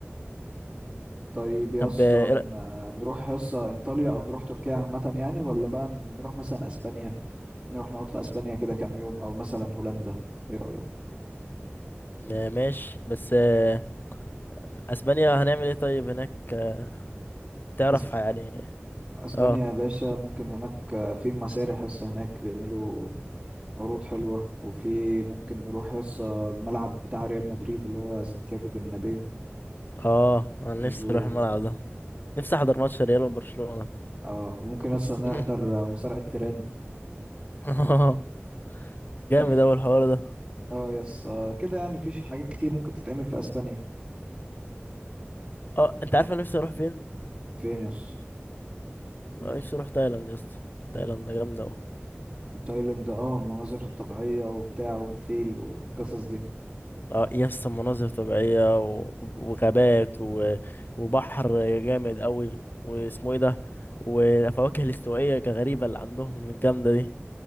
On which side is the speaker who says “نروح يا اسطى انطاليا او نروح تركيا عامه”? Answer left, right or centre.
Right